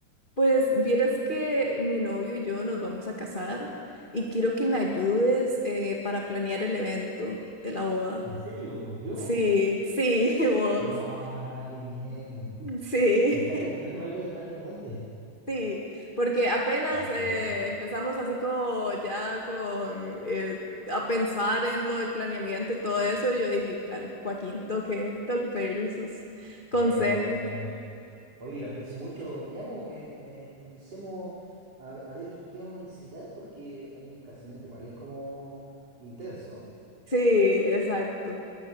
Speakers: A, on the left; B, on the right.
A: Pues vieras que mi novio y yo nos vamos a casar y quiero que me ayudes eh, para planear el evento de la boda.
B: ¿En serio? ¿Yo?
A: Sí, sí, <laughs> vos.
B: No, no, qué bien.
A: Sí.
B: ¿Me estás considerando para algo tan importante?
A: Sí, porque apenas
B: Ah,
A: eh,
B: qué bueno.
A: empezamos así como ya con eh, a pensar en lo del planeamiento y todo eso, yo dije, claro, Joaquín, tengo que, tengo que pedirle sus consejos.
B: Bien, bien, muy bien. Oye, lo aprecio mucho. Ya, pues, eh, eh, empecemos a, ve- a ver qué vamos a necesitar, porque un casamiento igual es como intenso.
A: Sí, exacto.